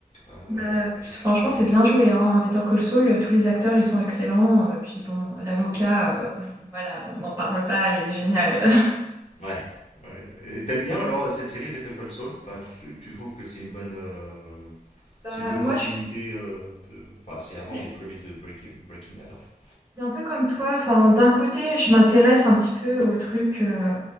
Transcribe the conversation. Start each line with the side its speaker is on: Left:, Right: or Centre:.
Left: Euh,
Right: Bah, puis
Left: et
Right: franchement,
Left: puis,
Right: c'est
Left: euh,
Right: bien joué, hein. Better Call Saul, euh, tous les acteurs, ils sont excellents. Euh, Puis bon, l'avocat, euh, voilà, on n'en parle pas, il est génial. <laughs>
Left: ouais. ouais. T'aimes bien alors cette série Better Call Saul Enfin, tu, tu trouves que c'est une bonne, euh,
Right: Bah,
Left: c'est une bonne
Right: moi,
Left: continuité
Right: je suis,
Left: euh, de, enfin, c'est avant
Right: je suis
Left: les prémices de Breaking, Breaking Bad, en fait.
Right: un peu comme toi. Enfin, d'un côté, je m'intéresse un petit peu au truc, euh,